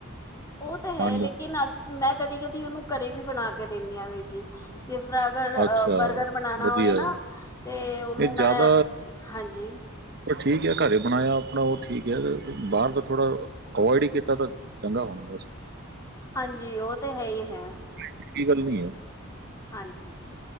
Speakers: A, on the left; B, on the right.
A: ਓਹ ਤਾ
B: ਖਾਣ
A: ਹੈ ਲੇਕਿਨ
B: ਨੂੰ
A: ਅ ਮੈਂ ਕਦੀ-ਕਦੀ ਓਨੂੰ ਕਰੇ ਵੀ ਬਣਾ ਕੇ ਦੇਣੀ ਆ ਵੀਰ ਜੀ। ਜਿਸ ਤਰਾ ਅਗਰ ਅ
B: ਅੱਛਾ
A: ਬਰਗਰ ਬਨਾਣਾ
B: ਵਧੀਆ
A: ਹੋਏ ਨਾ,
B: ਆ
A: ਤੇ ਓਨੂੰ
B: ਇਹ ਜ਼ਿਆਦਾ
A: ਮੈਂ ਹਾਂਜੀ।
B: ਠੀਕ ਐ, ਘੱਰ ਹੀ ਬਣਾਇਆ ਆਪਣਾ ਓ ਠੀਕ ਐ, ਬਾਰ ਤਾ ਥੋੜਾ ਅਵੋਇਡ ਹੀ ਕੀਤਾ ਤਾਂ ਚੰਗਾ ਹੋਣਾ ਬਸ।
A: ਹਾਂਜੀ, ਓ ਤੇ ਹੈ ਹੀ ਹੈ।
B: ਚੰਗੀ ਗੱਲ ਨੀ ਐ।
A: ਹਾਂਜੀ।